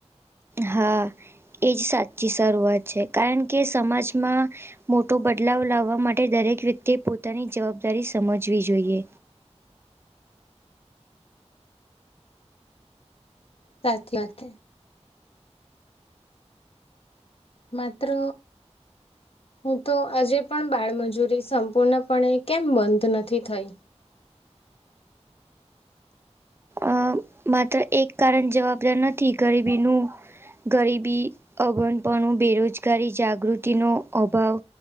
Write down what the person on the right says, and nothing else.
હા એ જ સાચી શરૂઆત છે કારણ કે સમાજમાં મોટો બદલાવ લાવવા માટે દરેક વ્યક્તિએ પોતાની જવાબદારી સમજવી જોઈએ.
અ માત્ર એક કારણ જવાબદાર નથી ગરીબીનું ગરીબી અગવનપણું બેરોજગારી જાગૃતિ નો અભાવ